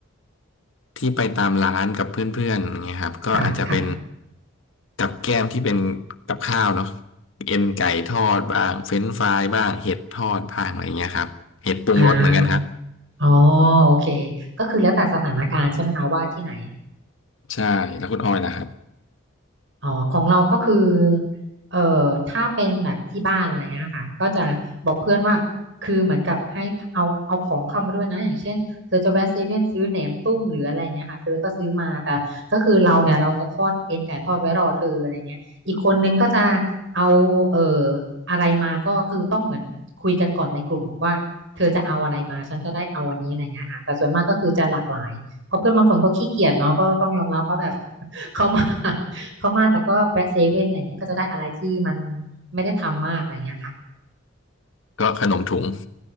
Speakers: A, on the left (about 70°); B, on the right (about 65°).
A: ที่ไปตามร้านกับเพื่อนๆอย่างเงี้ยครับก็อาจจะเป็น
B: ค่ะค่ะ
A: กับแก้มที่เป็นกับข้าวเนาะเอ็นไก่ทอดบ้างเฟรนช์ฟรายบ้างเห็ดทอดบ้างอะไรเงี้ยครับเห็ดปรุงรสเหมือนกันครับ
B: อ่าอ๋อโอเคก็คือแล้วแต่สถานการณ์ใช่ไหมคะว่าที่ไหน
A: ใช่แล้วคุณอ้อยนะครับ
B: อ๋อของเราก็คือเอ่อถ้าเป็นแบบที่บ้านอะไรเงี้ยค่ะก็จะบอกเพื่อนว่า คือเหมือนกับให้เอาเอาของเข้ามาด้วยนะอย่างเช่นเธอจะแวะเซเว่นซื้อแหนมตุ้มหรืออะไรเงี้ยค่ะเธอก็ซื้อมาแต่ก็คือเราเนี่ยเราจะทอดเอ็นไก่ทอดไว้รอเธออะไรเงี้ยอีกคนนึงก็จะเอาเอ่ออะไรมาก็คือต้องเหมือนคุยกันก่อนในกลุ่มว่าเธอจะเอาอะไรมาฉันจะได้เอาอันนี้อะไรเงี้ยค่ะแต่ส่วนมากก็คือจะหลากหลายเพราะเพื่อนบางคนก็ขี้เกียจเนาะก็ต้องยอมรับว่าแบบ <laughs> เขามา เขามาแต่ก็แวะเซเว่นอะไรเงี้ยก็จะได้อะไรที่มันไม่ได้ทำมากอะไรเงี้ยค่ะ
A: ก็ขนมถุง